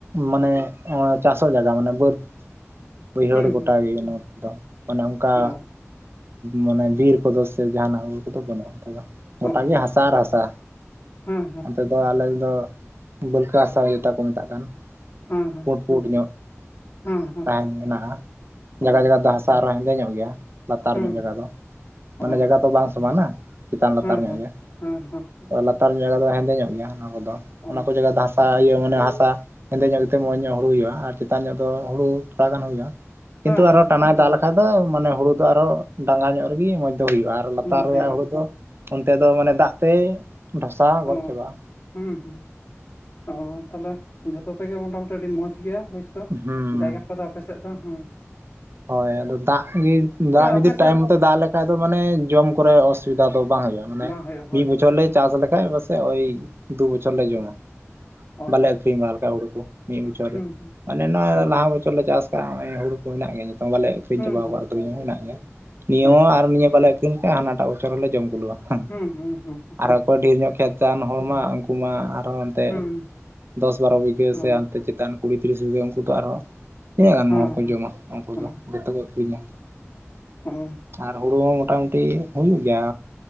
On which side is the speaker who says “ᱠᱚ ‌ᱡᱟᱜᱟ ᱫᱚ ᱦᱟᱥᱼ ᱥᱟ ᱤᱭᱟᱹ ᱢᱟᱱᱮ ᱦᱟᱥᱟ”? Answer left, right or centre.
Right